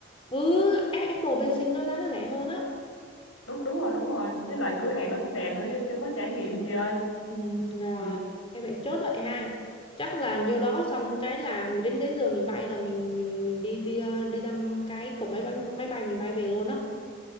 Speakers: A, on the left; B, on the left.
A: ừ A- Apple bên sinh nó giá nó rẻ hơn á
B: <laughs> Đúng đúng rồi đúng rồi, với
A: ừ,
B: lại cửa hàng nó cũng đẹp nữa vô trong đó trải nghiệm chị ơi.
A: ừ, rồi
B: Ừ,
A: em vậy chốt vậy ha chắc là nhiêu đó xong cái là đến đến giờ mình bay là mình mình mình đi đi ờ, đi ra cái cổng máy bay máy bay mình bay về luôn á